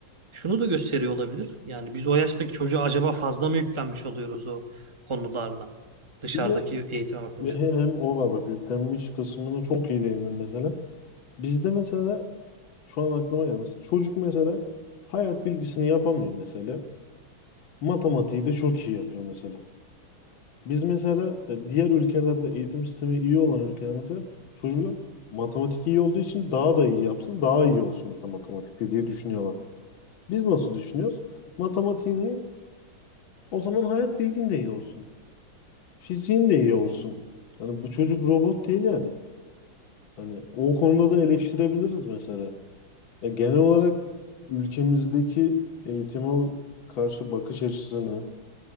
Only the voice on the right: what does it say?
şunu da gösteriyor olabilir. Yani biz o yaştaki çocuğa acaba fazla mı yüklenmiş oluyoruz o konularla dışarıdaki
eğitime bakınca.